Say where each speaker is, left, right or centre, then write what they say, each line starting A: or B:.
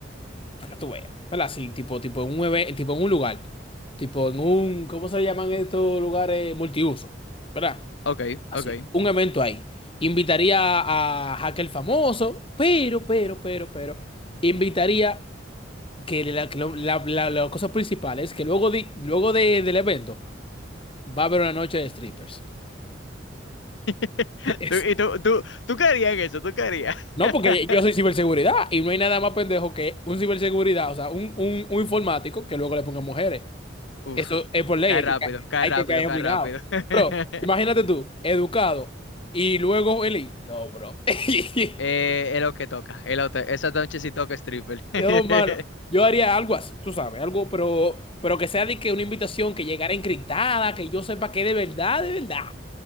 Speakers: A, on the left (about 30°); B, on the left (about 80°).
A: para que tú veas, ¿verdad? Así, tipo, tipo, en un eve- tipo en un lugar, tipo en un, ¿cómo se llaman estos lugares? Multiuso, ¿verdad?
B: ok,
A: Así,
B: ok.
A: un evento ahí. Invitaría a hacker famoso, pero, pero, pero, pero, invitaría que la, que lo- la- la- la cosa principal es que luego, de- luego de- del evento va a haber una noche de strippers.
B: <laughs>
A: Es-
B: Tú- y tú, tú, tú caerías en eso, tú caerías.
A: No,
B: <laughs>
A: porque yo soy ciberseguridad y no hay nada más pendejo que un ciberseguridad, o sea, un, un- un informático que luego le ponga mujeres.
B: Uf,
A: Eso es por ley,
B: cae
A: hay
B: rápido,
A: que, ca-
B: cae
A: hay
B: rápido,
A: que caer
B: cae
A: obligado.
B: rápido. <laughs>
A: Pero imagínate tú, educado y luego Eli. No, bro. <laughs>
B: Eh, es lo que toca, es lo te- esa noche sí toca stripper. <laughs>
A: No, mano. Yo haría algo así, tú sabes, algo, pero, pero que sea de que una invitación que llegara encriptada, que yo sepa que de verdad, de verdad.